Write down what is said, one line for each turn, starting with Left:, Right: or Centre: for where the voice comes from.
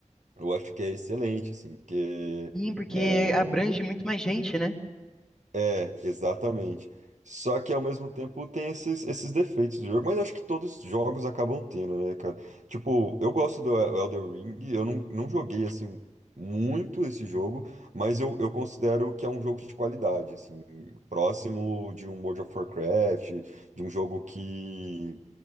Right: eu acho que é excelente, assim, porque.
Centre: Sim, porque
Right: eh,
Centre: abrange muito mais gente, né?
Right: é, Exatamente. Só que ao mesmo tempo tem esses, esses defeitos do jogo, mas acho que todos os jogos acabam tendo, né, cara? Tipo, eu gosto do El- Elden Ring, eu não, não joguei assim muito esse jogo, mas eu, eu considero que é um jogo de qualidade, assim, próximo de um World of Warcraft, de um jogo que,